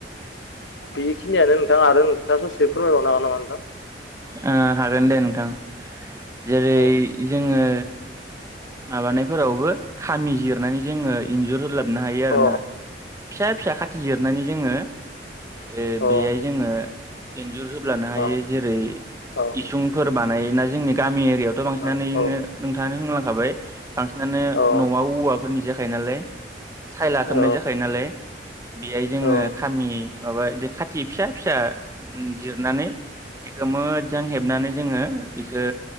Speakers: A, on the left; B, on the right.
A: बेखिनियानो नोंथां आरो नोंथाङा ससे फोरमायबावनो हागोन नामा नोंथां?
B: ओ हागोन दे नोंथां जेरै
A: औ
B: जोङो माबानायफोरावबो खामि जिरनानै जोङो इन्जुर होलाब नो हायो आरोना
A: औ
B: फिसा फिसा खाथि जिरनानै जोङो ए
A: औ
B: बेआय जोङो एन्जुर होब्लानो हायो
A: औ
B: जेरै
A: औ
B: इसुंफोर बानायोना जोंनि गामि एरियायावथ
A: औ
B: बांसिनानो
A: औ
B: नोंथाङानो होनलांखाबाय बांसिनानो
A: औ
B: न'आव औवाफोरनि जाखायो नालाय सायला
A: औ
B: खोबनाय जाखायो नालाय। बेआय जोङो
A: औ
B: खामि माबा बिदिनो खाथि फिसा फिसा जिरनानै एखो मोजां हेबनानै जोङो बेखो